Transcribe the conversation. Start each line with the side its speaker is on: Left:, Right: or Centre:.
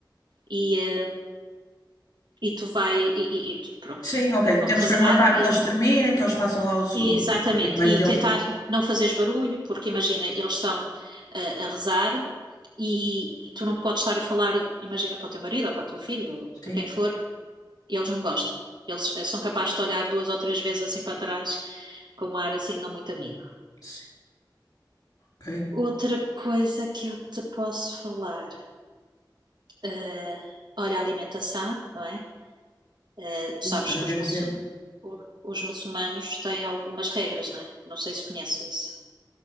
Right: e, eh, e tu vai e, e- e pronto.
Left: Sim, ok.
Right: Eles vão
Left: Temos
Right: rezar
Left: que aguardar que
Right: e
Left: eles
Right: tu
Left: terminem, que eles façam lá os,
Right: Exatamente,
Left: os rituais
Right: e
Left: deles.
Right: tentar não fazeres barulho, porque imagina, eles estão ah, a rezar e, e tu não podes estar a falar, imagina, para o teu marido ou para a tua filha ou para
Left: Sim,
Right: quem for, eles não gostam. Eles eh, são capazes de olhar duas ou três vezes assim para trás, com um ar assim não muito amigo.
Left: sim, ok.
Right: Outra coisa que eu te posso falar, eh, olha a alimentação, não é? Eh, tu sabes
Left: Também
Right: que
Left: deve
Right: os muçulmanos,
Left: ser.
Right: os muçulmanos têm algumas regras, não é? Não sei se conheces isso.